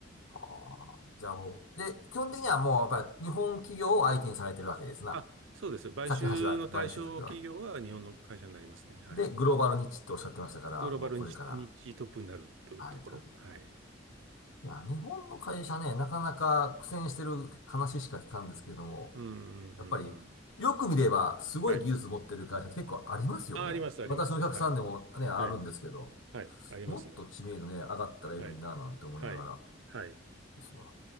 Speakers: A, on the left; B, on the right.
A: はあ。じゃあもう、で、基本的にはもうやっぱり日本企業を相手にされてるわけですな。
B: あ、そうです。買収の対象企業は日本の会社になりますね。
A: さっきの話だ、買収先は。
B: はい。
A: で、グローバルニッチっておっしゃってましたから、
B: グローバルに日トップになるというところ。
A: もうこれから。はいはい。
B: はい。
A: いや、日本の会社ね、なかなか苦戦してる話しか聞かんですけれども、
B: うん、うん、
A: やっぱり、
B: うんうん。
A: よく見れば、すごい技術持ってる会社結構ありますよね。
B: はい。あ、あります、あります。
A: 私のお客さんでもね、
B: はい。
A: あるんですけど、
B: はい。はい。ありますね。
A: もっと知名度ね、上がったらいいのにな、
B: はい。
A: なんて思いながら
B: はい。はい。
A: ですわ。